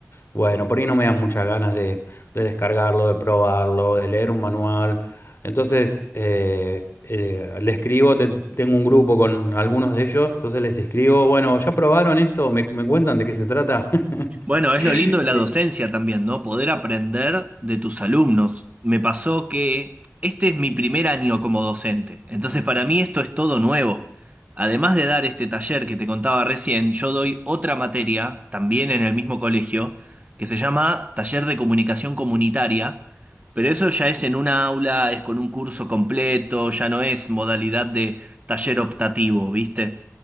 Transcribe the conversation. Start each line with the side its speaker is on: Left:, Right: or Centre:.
Left: bueno, por ahí no me dan muchas ganas de, de descargarlo, de probarlo, de leer un manual. Entonces, eh, eh, le escribo, te- tengo un grupo con algunos de ellos, entonces les escribo, bueno, ¿ya probaron esto? ¿Me, me cuentan de qué se trata? <laughs>
Right: Bueno, es
Left: Eh,
Right: lo lindo de la docencia también, ¿no? Poder aprender de tus alumnos. Me pasó que este es mi primer año como docente, entonces para mí esto es todo nuevo. Además de dar este taller que te contaba recién, yo doy otra materia, también en el mismo colegio, que se llama Taller de Comunicación Comunitaria, pero eso ya es en una aula, es con un curso completo, ya no es modalidad de taller optativo, ¿viste?